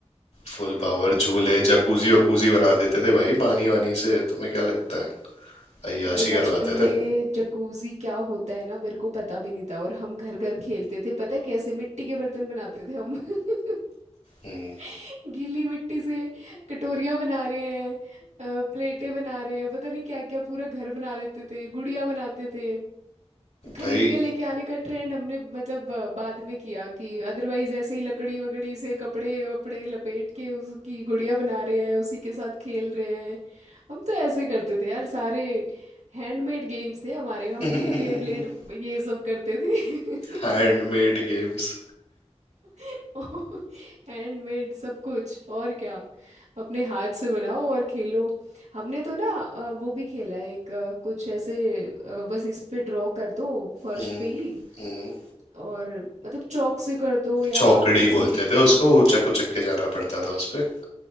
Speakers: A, on the left; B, on the right.
A: फुल पावर झूले जकूजी वकूजी बना देते थे भाई पानी वानी से तुम्हें क्या लगता है अय्याशी
B: भाई बचपन
A: करवाते
B: में
A: थे
B: जकूजी क्या होता है ना मेरे को पता भी नहीं था और हम घर घर खेलते थे पता है कैसे मिट्टी के बर्तन बनाते थे हम <laughs>
A: हम्म,
B: <laughs> गीली मिट्टी से कटोरियां बना रहे हैं अ, प्लेटें बना रहे हैं पता नहीं क्या क्या पूरा घर बना देते थे गुड़िया बनाते थे खरीद
A: भाई
B: के लेके आने का ट्रेंड हमने मतलब अ, बाद में किया कि अदरवाइज ऐसे ही लकड़ी वकड़ी से कपड़े वपड़े लपेट के उसकी गुड़िया बना रहे हैं उसी के साथ खेल रहे हैं हम तो ऐसे करते थे यार सारे हैंडमेड गेम्स थे हमारे हम
A: <laughs>
B: नहीं ये बेब्लेड ये सब करते थे
A: हैंडमेड
B: <laughs>
A: गेम्स
B: <laughs> हैंडमेड सब कुछ और क्या अपने हाथ से बनाओ और खेलो हमने तो ना अ, वो भी खेला है एक अ, कुछ ऐसे अ, बस इस पे ड्रॉ कर दो फर्श
A: हम्म
B: पे ही
A: हम्म,
B: और मतलब चौक से कर दो या
A: चौकड़ी
B: किसी
A: बोलते
B: भी
A: थे उसको वो चक उचक के जाना पड़ता था उस पे